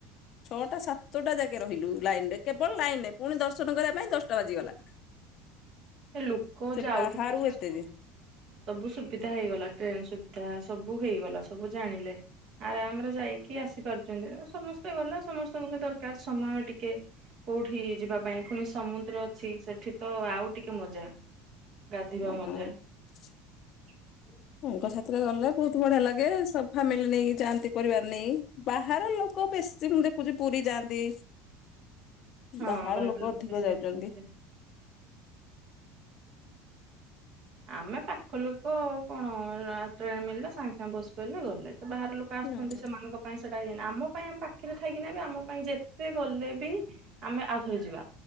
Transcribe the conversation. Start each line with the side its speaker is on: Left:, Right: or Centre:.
Left: ଛଅଟା ସାତଟା ଯାକେ ରହିଲୁ ଲାଇନ ରେ କେବଳ ଲାଇନରେ ପୁଣି ଦର୍ଶନ କରିବା ପାଇଁ ଦଶଟା ବାଜିଗଲା।
Right: ଏ ଲୋକ
Left: ସେ
Right: ଯାଉଛନ୍ତି
Left: ବାହାରୁ
Right: ନା
Left: ଏତେ
Right: ସେ
Left: ଯେ
Right: ସବୁ ସୁବିଧା ହେଇଗଲା ଟ୍ରେନ ସୁବିଧା ସବୁ ହେଇଗଲା ସବୁ ଜାଣିଲେ ଆରାମରେ ଯାଇକି ଆସିପାରୁଛନ୍ତି ସମସ୍ତେ ଗଲେ ସମସ୍ତଙ୍କୁ ବି ଦରକାର ସମୟ ଟିକେ କୋଉଠି ଯିବା ପାଇଁ ପୁଣି ସମୁଦ୍ର ଅଛି ସେଠି ତ ଆଉ ଟିକେ ମଜା। ଗାଧିବା
Left: <unintelligible>
Right: ମଜା। <inaudible>
Left: ସାଙ୍ଗ ସାଥିରେ ଗଲେ ବହୁତ ବଢିଆ ଲାଗେ ସବୁ ଫାମିଲି ନେଇକି ଯାଆନ୍ତି ପରିବାର ନେଇ ବାହାର ଲୋକ ଲୋକ ବେଶୀ ମୁଁ ଦେଖୁଛି ପୁରୀ ଯାଆନ୍ତି
Right: ହଁ
Left: ବାହାର ଲୋକ ଅଧିକ
Right: ବେଶୀ
Left: ଯାଉଛନ୍ତି।
Right: ଆସନ୍ତି। ଆମେ ପାଖ ଲୋକ କଣ ଟ୍ରେନ ମିଳିଲେ ସାଙ୍ଗେ ସାଙ୍ଗେ ବସି ପାଇଲେ ଗଲେ। ବାହାରେ ଲୋକ ଆସୁଛନ୍ତି
Left: ହୁଁ
Right: ସେମାନଙ୍କ ପାଇଁ ସେଟା ହେଇଏନି ଆମ ପାଇଁ ଆମେ ପାଖରେ ଥାଇକିନା ବି ଆମ ପାଇଁ ଯେତେ ଗଲେ ବି ଆମେ ଆଉଥରେ ଯିବା